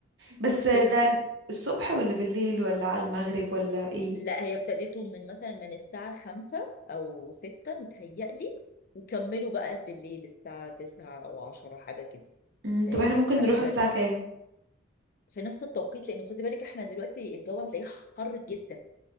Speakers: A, on the right; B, on the left.
A: بس ده
B: كل حاجه
A: الصبح ولا بالليل ولا على المغرب ولا ايه
B: لا هي ابتديته من مثلا من الساعة خمسة أو ستة متهيألي وكملوا بقى بالليل الساعة تسعة أو عشرة حاجة كده
A: مم. طب
B: هي
A: احنا
B: كانت
A: ممكن
B: حاجزة
A: نروح الساعة
B: بقى.
A: كام
B: في نفس التوقيت لأن خدي بالك احنا دلوقتي الجو هتلاقيه حر جدا